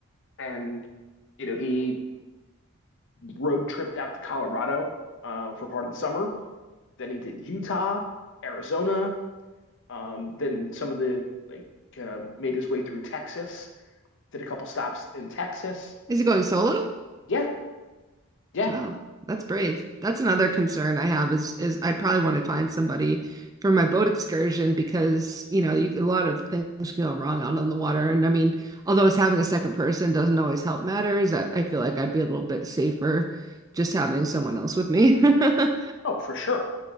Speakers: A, on the left; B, on the right.
A: and you know he road tripped out to colorado uh, for part of the summer then he did utah arizona um then some of the like kind of made his way through texas did a couple stops in texas
B: Is he going solo?
A: yeah yeah
B: Wow, that's brave. That's another concern I have is is I'd probably want to find somebody for my boat excursion because, you know, you a lot of things can go wrong out on the water. And I mean, although it's having a second person doesn't always help matters, I, I feel like I'd be a little bit safer just having someone else with me. <laughs> I
A: oh for sure